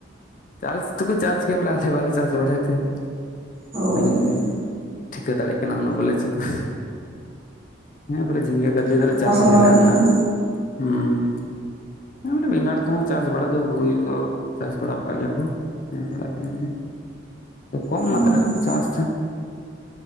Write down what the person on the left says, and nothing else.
ᱪᱟᱥ ᱫᱚᱠᱚ ᱪᱟᱥ ᱜᱮᱭᱟ ᱵᱚᱞᱮ ᱟᱞᱮ ᱵᱟᱞᱮ ᱪᱟᱥ ᱵᱟᱲᱟᱭ ᱛᱮ
<unintelligible>
ᱴᱷᱤᱠᱟᱹ ᱫᱟᱲᱮᱜ ᱠᱟᱱᱟ ᱚᱱᱟ ᱵᱟᱞᱮ ᱪᱤᱠᱟᱹ ᱠᱩ ᱦᱮᱸ ᱵᱚᱞᱮ ᱡᱷᱤᱸᱜᱟᱹ, ᱠᱟᱨᱞᱤ
ᱫᱚᱞᱮ
ᱪᱟᱥ
ᱜᱮᱭᱟ ᱞᱮ᱾
ᱚᱱᱟ
<inaudible> <unintelligible> ᱵᱮᱜᱟᱹᱲ ᱠᱚᱦᱚᱸ ᱪᱟᱥ ᱵᱟᱲᱟ ᱫᱚ ᱦᱩᱭ ᱫᱚ ᱪᱟᱥ ᱵᱟᱲᱟ ᱜᱮᱭᱟ ᱠᱚ ᱧᱮᱱ ᱵᱟᱲᱟ ᱠᱟᱱ ᱜᱮᱭᱟ, ᱠᱚᱢ
ᱢᱟᱛᱨᱟ
ᱨᱮᱜᱮ ᱪᱟᱹᱥ